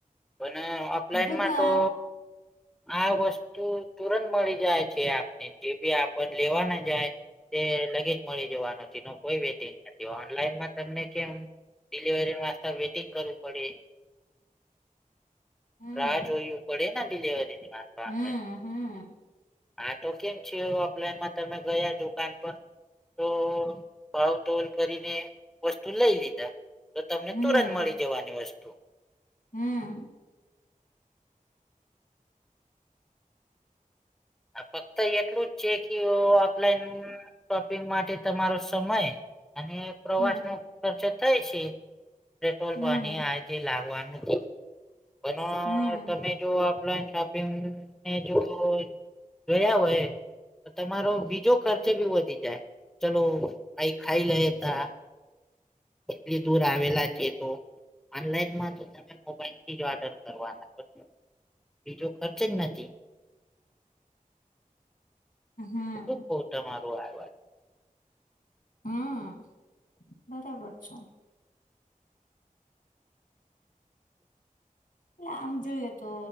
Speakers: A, in the centre; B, on the left.
A: પણ ઓફલાઈનમાં
B: ટૂંકમાં
A: તો આ વસ્તુ તુરંત મળી જાય છે આપને જે બી આપ લેવા ના જાય તે લગેજ મળી જવાનો ન કોઈ વેટિંગ નથી ઓનલાઈનમાં તમને કેમ. ડિલિવરી માસ્તાર વેટિંગ કરું. પડે
B: હમ
A: રાહ જોયું પડે દિલીવારીની વાત
B: હમ હમ
A: આ તો કેમ છે ઓફલાઈનમાં તો ગયા દુકાન બંદ. તો ભાવ તોલ કરીને વસ્તુ લઈ લીધા. તો તમને
B: હમ
A: તુરંત મળી જવાની વસ્તુ.
B: હમ
A: આ ફક્ત એટલું જ છે કે ઓફલાઈન શોપિંગ માટે તમારો સમય અને પ્રવાસ
B: હમ
A: નો ખર્ચો થાય છે પેટ્રોલ
B: હમ
A: પાણી આથી લાગવાનું પણ
B: હમ
A: તમે જો ઓફલાઈન શોપ. ને જો ગયા હોય તમારો બીજો ખર્ચ ભી વધી જાય ચલો કઈ ખાઈ લે તા એટલી દૂર આવેલા છે તો ઓનલાઈન માં તો તમે મોબાઈલ થી જ ઓર્ડર કરવાના છો બીજો ખર્ચ જ નથી
B: હમ
A: શું કવ તમારું આજ.
B: હા બરાબર છે. આમ જોઈએ તો